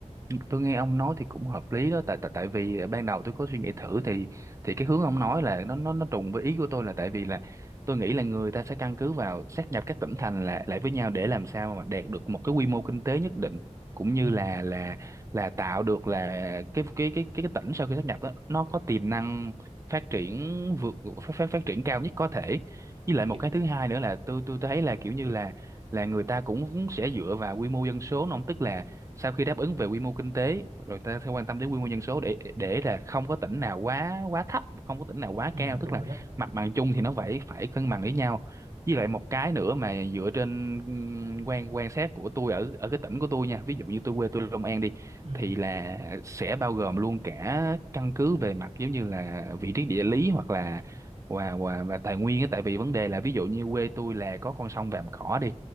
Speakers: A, on the right (about 25°); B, on the right (about 50°).
A: Tôi nghe ông nói thì cũng hợp lý đó tại tại tại vì à, ban đầu tôi có suy nghĩ thử thì thì cái hướng ông nói là nó nó nó trùng với ý của tôi là tại vì là tôi nghĩ là người ta sẽ căn cứ vào sát nhập các tỉnh thành lại lại với nhau để làm sao mà đạt được một cái quy mô kinh tế nhất định cũng như
B: ừ,
A: là là là tạo được là cái cái cái cái, cái tỉnh sau khi sát nhập đó nó có tiềm năng phát triển vượt phát, phát phát triển cao nhất có thể với lại một
B: kiểu,
A: cái thứ hai nữa là tôi tôi thấy là kiểu như là là người ta cũng sẽ dựa vào quy mô dân số nó tức là sau khi đáp ứng về quy mô kinh tế rồi ta sẽ quan tâm đến quy mô dân số để để là không có tỉnh nào quá quá thấp không có tỉnh nào quá
B: ừ
A: cao tức
B: đúng
A: là
B: rồi đó
A: mặt bằng chung thì nó phải phải cân bằng với nhau với lại một cái nữa mà dựa trên ừm, quan quan sát của tôi ở ở cái tỉnh của tôi nha ví dụ như tôi quê tôi Long An đi
B: ừ,
A: thì là sẽ bao gồm luôn cả căn cứ về mặt giống như là vị trí địa lý hoặc là và và và tài nguyên á tại vì vấn đề là ví dụ như quê tôi là có con sông Vàm Cỏ đi